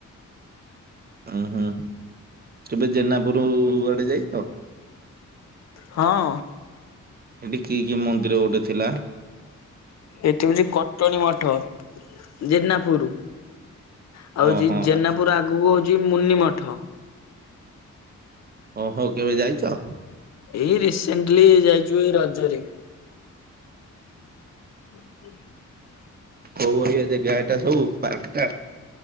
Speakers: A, on the right; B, on the left.
A: ହୁଁ ହୁଁ କେବେ ଜେନାପୁର ଡୁ ଆଡେ ଯାଇଚ?
B: ହଁ।
A: ଏଠି କି କି ମନ୍ଦିର ଗୋଟେ ଥିଲା?
B: ଏଠି ହଉଚି କଟଣୀ ମଠ ଜେନାପୁର। ଆଉ
A: ହଁ
B: ହଉଚି
A: ହଁ
B: ଜେନାପୁର ଆଗକୁ ହଉଚି ମୁନି ମଠ।
A: ଓ ହ କେବେ ଯାଇଚ?
B: ଏଇ ରିସେଣ୍ଟଲି ଯାଇଚୁ ଏଇ ରଜରେ। ହ <inaudible>
A: କୋଉ ଭଳିଆ ଯେଗା ଏଟା ସବୁ ପାର୍କ ଟା?